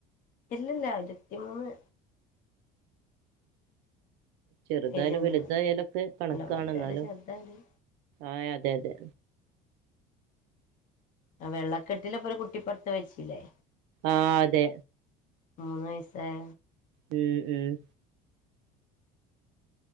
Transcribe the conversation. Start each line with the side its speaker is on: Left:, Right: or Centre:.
Left: ഇല്ലല്ല ഇരത്തി മൂന്ന്.
Right: ചെറ്തായാലും
Left: ഏജുണ്ടോന്നുണ്ട്
Right: വല്തായാലൊക്കെ കണക്കാണ്ന്നാലും
Left: അല്ല വലുതായാലും ചെറുതായാലും
Right: ആയ് അതെ അതെ.
Left: വെള്ളക്കെട്ടിലിപ്പൊര് കുട്ടിപ്പട്ത്ത് മര്ച്ചില്ലേ.
Right: ആഹ് അതെ.
Left: മുന്ന് വയ്സായെ
Right: ഉം ഉം.